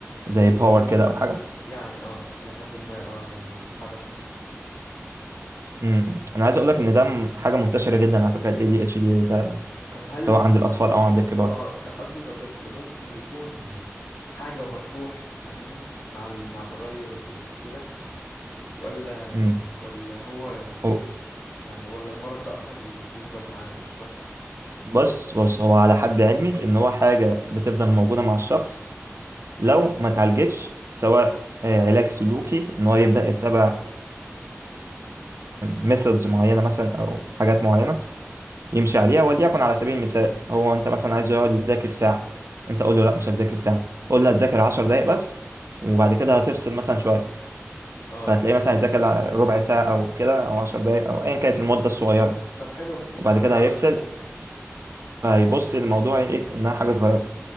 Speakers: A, on the right; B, on the left.
A: زي
B: إيه،
A: باور
B: إيه،
A: كده او حاجه
B: يعني اه الى حد ما اه يعني بيتحرك كتير
A: امم انا عايز اقول لك ان ده م- حاجه منتشره جدا على فكره الاي دي اتش دي ده
B: طب هل
A: سواء عند الاطفال
B: ممكن
A: او عند الكبار
B: اه ك- قصدي كطفل ممكن يكون حاجة وهتروح فاهمني مع ال... مع تغير ال... كده ولا
A: امم
B: ولا هو يعني
A: هو
B: يعني ولا المرض ده اصلا بي... بيفضل معاه مع الشخص
A: بص بص هو على حد علمي ان هو حاجه بتفضل موجوده مع الشخص لو ما اتعالجتش سواء آه، علاج سلوكي ان هو يبدا يتبع ميثودز معينه مثلا او حاجات معينه يمشي عليها وليكن على سبيل المثال هو انت مثلا عايزه يقعد يذاكر ساعة انت قول
B: تمام.
A: له لا مش هتذاكر ساعة قول له هتذاكر عشر دقايق بس وبعد كده هتفصل مثلا شوية
B: اه
A: فهتلاقيه مثلا هيذاكر ربع ساعة أو كده أو عشر دقايق أو أيا كانت المدة الصغيرة
B: طب حلو ممكن
A: وبعد
B: نجرب
A: كده
B: مع
A: هيفصل
B: الطريقة دي فاهم
A: فهيبص للموضوع إيه إنها حاجة صغيرة